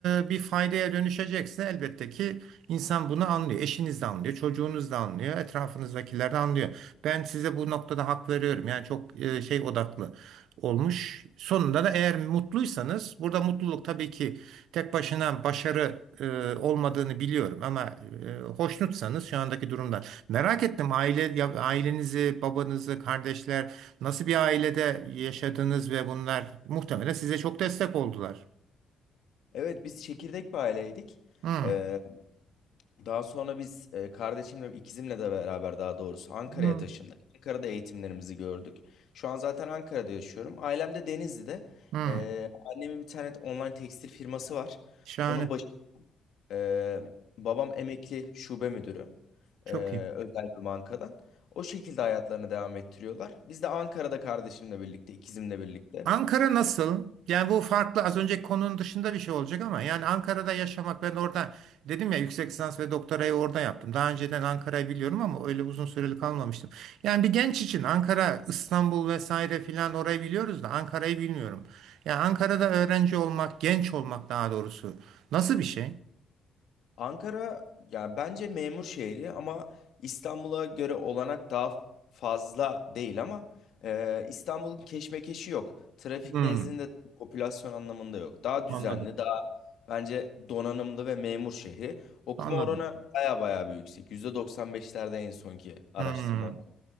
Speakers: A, on the right; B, on the left.
A: e, bir faydaya dönüşecekse elbette ki insan bunu anlıyor. Eşiniz de anlıyor, çocuğunuz da anlıyor, etrafınızdakiler de anlıyor. Ben size bu noktada hak veriyorum. Yani çok e, şey odaklı olmuş. Sonunda da eğer mutluysanız burada mutluluk tabii ki tek başına başarı e, olmadığını biliyorum ama e, hoşnutsanız şu andaki durumdan. Merak ettim aile ya- ailenizi, babanızı, kardeşler nasıl bir ailede yaşadınız ve bunlar muhtemelen size çok destek oldular.
B: Evet biz çekirdek bir aileydik.
A: Hmm.
B: Ee, daha sonra biz e, kardeşimle ikizimle de beraber daha doğrusu Ankara'ya
A: Hmm.
B: taşındık. Ankara'da eğitimlerimizi gördük. Şu an zaten Ankara'da yaşıyorum. Ailem de Denizli'de.
A: Hmm.
B: Ee, annemin bir tane online tekstil firması var.
A: Şahane.
B: Onun başı e, babam emekli şube müdürü.
A: Çok
B: e,
A: iyi.
B: özel bir bankadan. O şekilde hayatlarını devam ettiriyorlar. Biz de Ankara'da kardeşimle birlikte, ikizimle birlikte.
A: Ankara nasıl? Yani bu farklı az önceki konunun dışında bir şey olacak ama yani Ankara'da yaşamak ben orada dedim ya yüksek lisans ve doktorayı orada yaptım. Daha önceden Ankara'yı biliyorum ama öyle uzun süreli kalmamıştım. Yani bir genç için Ankara, İstanbul vesaire filan orayı biliyoruz da Ankara'yı bilmiyorum. Yani Ankara'da öğrenci olmak, genç olmak daha doğrusu nasıl bir şey?
B: Ankara ya bence memur şehri ama İstanbul'a göre olanak daha fazla değil ama e, İstanbul'un keşmekeşi yok. Trafik
A: Hmm,
B: nezdinde popülasyon anlamında yok. Daha düzenli,
A: anladım.
B: daha bence donanımlı ve memur şehri. Okuma
A: Anladım.
B: oranı baya baya bir yüksek. %95'lerde en sonki araştırmalar.
A: Hmm.